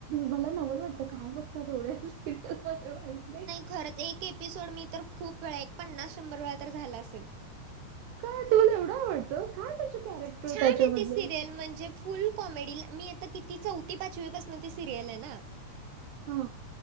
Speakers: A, on the right (about 80°); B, on the right (about 70°).
A: मला नवंल वाटतं काय बघत तेवढ्या सिरियलमध्येध्ये माहित नाही.
B: खरंच एक एपिसोड मी तर खूप वेळा एक पन्नास शंभर वेळा तर झाला असेल.
A: का तुला एवढं आवडतं कायु कॅरेक्टर.
B: छान
A: त्याच्यामधले
B: आहे त सिरियल म्हणजे. फुल कॉमेडीला, मी आता किती चौथी पाचवीपासून ती सिरियल आहे ना.
A: हा